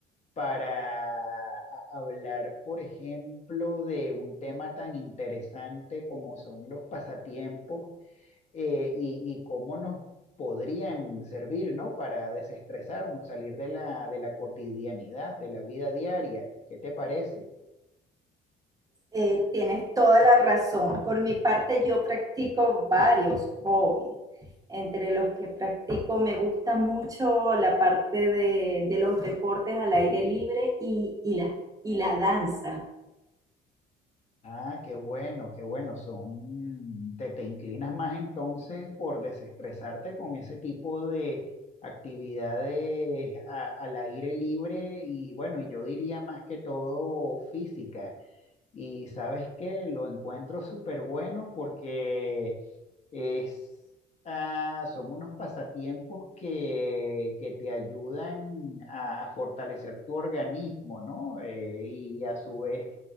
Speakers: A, on the left (about 40°); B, on the right (about 20°).
A: para a- hablar, por ejemplo, de un tema tan interesante como son los pasatiempos eh, y, y cómo nos podrían servir, ¿no? Para desestresarnos, salir de la, de la cotidianidad, de la vida diaria. ¿Qué te parece?
B: Eh, tienes toda la razón. Por mi parte, yo practico varios hobbies. Entre los que practico me gusta mucho la parte de, de los deportes al aire libre y, y la, y la danza.
A: Ah, qué bueno, qué bueno. Son, te, te inclinas más entonces por desestresarte con ese tipo de actividades a- al aire libre y bueno, yo diría más que todo física. Y sabes qué, lo encuentro súper bueno porque Es, ah, son unos pasatiempos que, que te ayudan a, a fortalecer tu organismo, ¿no? Eh, y a su vez